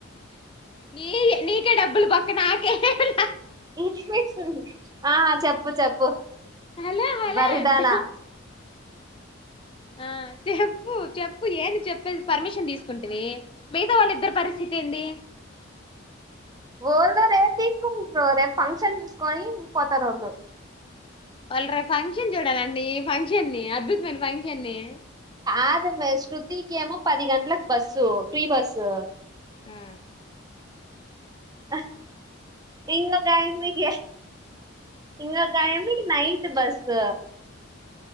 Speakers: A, on the left; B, on the right.
A: నీ నీకే డబ్బులు బొక్క నాకేం లే
B: ఇంచుమించు ఉంది ఆ చెప్పు చెప్పు
A: హలో హలో
B: బర్రెదానా
A: అంట ఆ చెప్పు చెప్పు ఏంది చెప్పేది పర్మిషన్ తీసుకుంటివి మిగతా వాళ్ళు ఇద్దరు పరిస్థితి ఏంది?
B: వోళ్ళు రేపు తీసుకుంట్రు రేపు ఫంక్షన్ చూసుకొని పోతారు వళ్ళు
A: వాళ్ళ రేపు ఫంక్షన్ చూడాలండి ఈ ఫంక్షన్ని అద్భుతమైన ఫంక్షన్ని
B: ఆదిమే శృతికి ఏమో పది గంటలకు బస్సు ఫ్రీ బస్సు
A: ఆ
B: అ ఇంగొక ఆయమ్మికి ఇం గొక ఆయిమ్మికి నైట్ బస్సు.